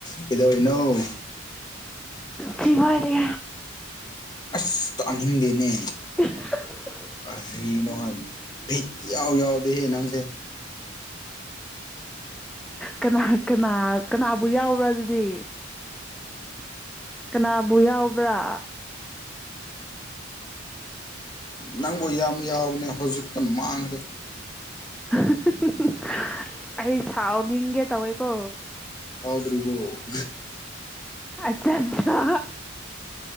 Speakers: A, on the left; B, in the centre.
A: ꯀꯗꯣꯏꯅꯧ
B: ꯖꯤꯕꯥꯟꯔꯤ
A: ꯑꯁ ꯇꯥꯅꯤꯡꯗꯦꯅꯦ
B: <inaudible>
A: ꯀꯅ ꯍꯥꯏ ꯐꯤ ꯌꯥꯎ ꯌꯥꯎꯗ ꯍꯦꯅꯁꯦ
B: ꯀꯅꯥ ꯀꯅꯥ ꯀꯅꯥꯕꯨ ꯌꯥꯎꯕ꯭ꯔꯥ ꯑꯗꯨꯗꯤ ꯀꯅꯥꯕꯕꯨ ꯌꯥꯥ ꯕ꯭ꯔꯥ
A: ꯅꯪ ꯌꯥꯝ ꯌꯥꯎꯅꯦ ꯍꯧꯖꯤꯛꯇ ꯃꯥꯡ
B: <inaudible> ꯑꯩ ꯁꯥꯎꯅꯤꯡꯒꯦ ꯇꯧꯋꯦꯀꯣ
A: ꯁꯥꯎꯗ꯭ꯔꯤꯕꯣ
B: ꯑꯆꯥ ꯑꯆꯥ